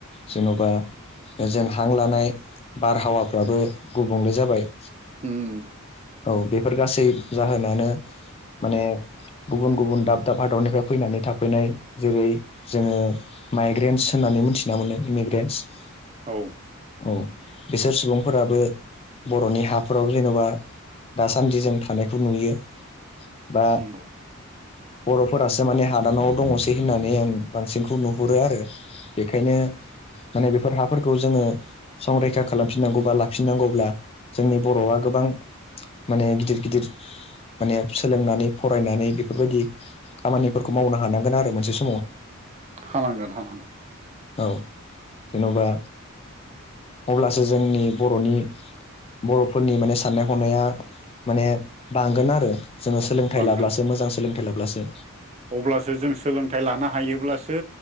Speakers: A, on the left (about 25°); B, on the right (about 30°).
A: जेन'बा जों हां लानाय बारहावाफ्राबो गुबुंले जाबाय।
B: ओम
A: औ बेफोर गासै जाहोनानो माने गुबुन गुबुन दाब दाब हादरनिफ्राय फैनानै थाफैनाय जेरै जोङो माइग्रेन्स होननानै मोनथि ना मोनो इमिग्रेन्टस
B: औ
A: औ बिसोर सुबुंफोराबो बर'नि हाफोराव जेन'बा दासान्दि जों थानायखौ नुयो बा।
B: नंगौ
A: बर'फोरासो माने हादानाव दङसै होननानै आं बांसिनखौ नुहुरो आरो बे खायनो माने बेफोर हाफोरखौ जोङो संरैखा खालामफिननांगौ बा लाफिननांगौब्ला जोंनि बर'आ गोबां माने गिदिर गिदिर माने सोलोंनानै फरायनानै बेफोरबायदि खामानिफोरखौ मावनो हानांगोन आरो मोनसे स
B: हानांगोन हानांगोन।
A: औ जेन'बा अब्लासो जोंनि बर'नि बर'फोरनि माने साननाय हनाया माने बांगोन आरो। जोङो सोलोंथाइ
B: बांगोन
A: लाब्लासो मोजां सोलोंथाइ लाब्लासो
B: अब्लासो जों सोलोंथाइ लानो हायोब्लासो